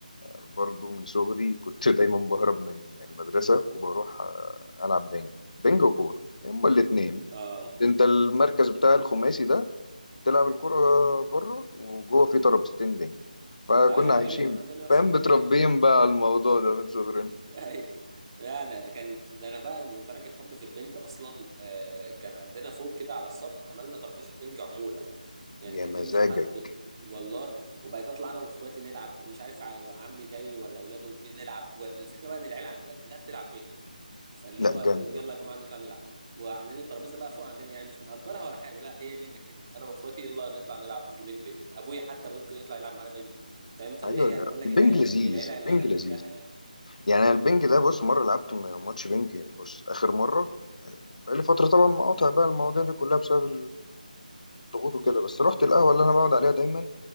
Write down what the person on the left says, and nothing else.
برضو من صغري كنت <laughs> دايما بهرب من المدرسه وبروح آه، العب بنج بنج وكوره هما الاثنين
انت المركز بتاع الخماسي ده تلعب الكوره بره وجوه في ترابيزتين بنج فكنا
عايشين
فاهم
متربيين
بقى على الموضوع ده من صغرنا
يا
مزاجك
لا
جامد
ايوه
لا،
البنج
لذيذ
البنج
لذيذ
يعني أنا البنج ده بص مره لعبت م- ماتش بنج بص اخر مره بقالي فتره طبعا مقاطع بقى المواضيع دي كلها بسبب ضغوط
وكده بس رحت القهوة اللي أنا بقعد عليها دايما